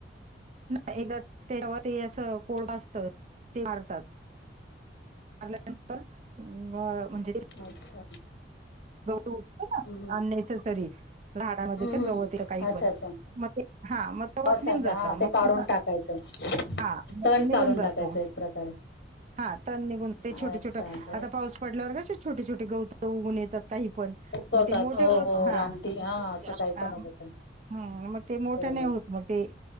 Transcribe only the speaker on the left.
अच्छा.
हम्म
हम्म
हम्म.
अच्छा
अच्छा
अच्छा
अच्छा
हा
ते काढून टाकायचं
तण
काढून
टाकायचं एक प्रकारे.
अच्छा
बर.
उगवतात
हो
हो
रानटी हा असं
काही पण उगवतात
बरोबर.